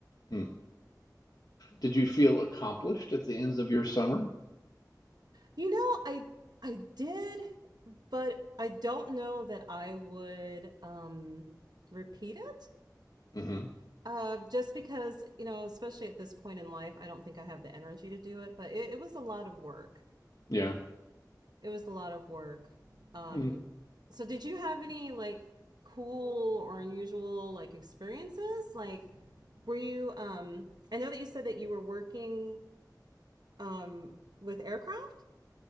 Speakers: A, on the left; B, on the right.
A: Hmm. Did you feel accomplished at the ends of your summer?
B: you know, I I did, but I don't know that I would um repeat it.
A: hmm
B: Uh just because, you know, especially at this point in life, I don't think I have the energy to do it, but it, it was a lot of work.
A: Yeah.
B: It was a lot of work. Um
A: Hmm.
B: so did you have any like cool or unusual like experiences like Were you? Um, I know that you said that you were working um with aircraft.